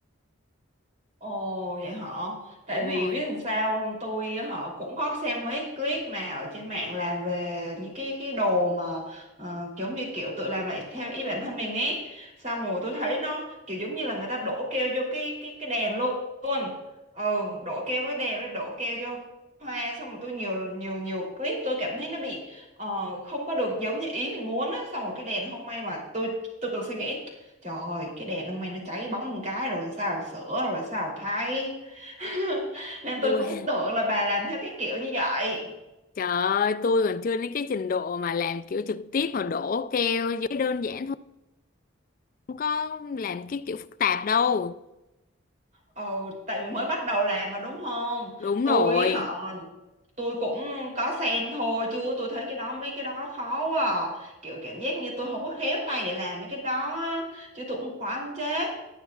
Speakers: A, on the right (about 35°); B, on the left (about 40°).
A: Ồ vậy họ Tại
B: đúng
A: vì
B: rồi
A: biết làm sao không Tôi họ cũng có xem mấy clip mà Ở trên mạng làm về những cái cái đồ mà ờ, Giống như kiểu tự làm lại theo ý bản thân mình ấy Xong rồi tôi thấy nó Kiểu giống như là người ta đổ keo vô cái cái cái đèn luôn luôn Ừ đổ keo với đèn rồi đổ keo vô hoa Xong rồi tôi nhiều nhiều nhiều clip tôi cảm thấy nó bị ờ, Không có được giống như ý mình muốn á Xong rồi cái đèn hôm may mà tôi tôi còn suy nghĩ Trời ơi, cái đèn hôm nay nó cháy bóng một cái rồi sao sửa rồi sao thay. <laughs> Nên
B: tôi
A: tôi cũng tưởng là bà làm theo cái kiểu như vậy.
B: trời ơi tôi còn chưa đến cái trình độ mà làm kiểu trực tiếp mà đổ keo vô. đơn giản thôi không có làm cái kiểu phức tạp đâu
A: Ừ, tại vì mới bắt đầu làm mà đúng không?
B: đúng
A: Tôi
B: rồi
A: họ tôi cũng có xem thôi chứ tôi thấy cái đó mấy cái đó khó quá à. Kiểu cảm giác như tôi không có khéo tay để làm mấy cái đó á. chứ tôi cũng khóa muốn chết.